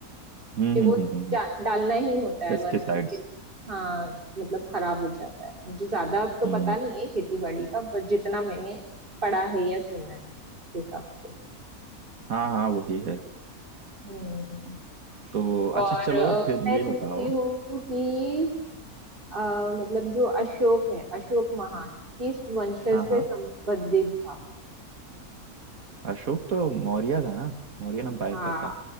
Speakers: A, on the right; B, on the right.
A: हम्म
B: कि
A: हम्म
B: वो
A: हम्म
B: जा- डालना ही होता है
A: पेस्टिसाइड्स
B: वरना फिर हाँ मतलब खराब हो जाता है मुझे ज्यादा अब तो
A: हम्म
B: पता नहीं
A: pesticides, हम्म,
B: है खेती बाड़ी का पर जितना मैंने पढ़ा है या सुना है उस हिसाब से
A: हाँ हाँ वही है
B: हम्म
A: तो
B: और
A: अच्छा चलो
B: अ,
A: फिर
B: मैं
A: ये बताओ
B: पूछती हूँ कि अ, मतलब जो अशोक है अशोक महान किस वंशज
A: हाँ
B: से
A: हाँ
B: संबंधित था
A: अशोक तो मौर्य था ना मौर्यन एम्पायर
B: हाँ
A: का था